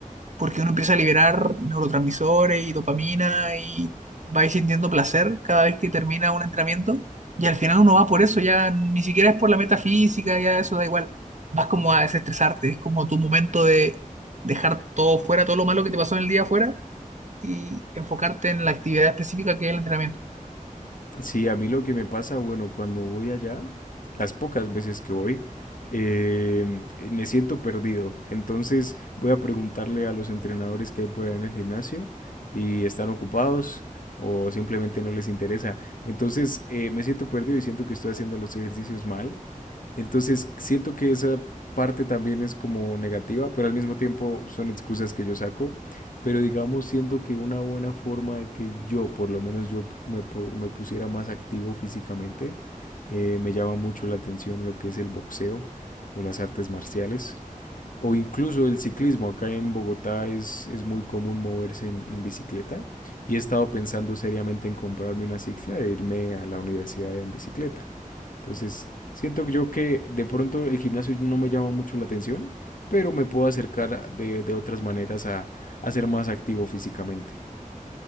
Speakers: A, on the right; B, on the left.
A: porque uno empieza a liberar neurotransmisores y dopamina y va sintiendo placer cada vez que termina un entrenamiento. Y al final uno va por eso, ya ni siquiera es por la metafísica, ya eso da igual. Vas como a desestresarte, es como tu momento de dejar todo fuera, todo lo malo que te pasó en el día fuera y enfocarte en la actividad específica que es el entrenamiento.
B: Sí, a mí lo que me pasa, bueno, cuando voy allá, las pocas veces que voy, eh, me siento perdido. Entonces voy a preguntarle a los entrenadores que hay por ahí en el gimnasio y están ocupados o simplemente no les interesa. Entonces eh, me siento perdido y siento que estoy haciendo los ejercicios mal. Entonces siento que esa parte también es como negativa, pero al mismo tiempo son excusas que yo saco pero digamos, siento que una buena forma de que yo, por lo menos yo me, pu- me pusiera más activo físicamente, eh, me llama mucho la atención lo que es el boxeo o las artes marciales o incluso el ciclismo. Acá en Bogotá es, es muy común moverse en, en bicicleta y he estado pensando seriamente en comprarme una cicla e irme a la universidad en bicicleta. Entonces, siento yo que de pronto el gimnasio no me llama mucho la atención, pero me puedo acercar a- de, de otras maneras a, a ser más activo físicamente.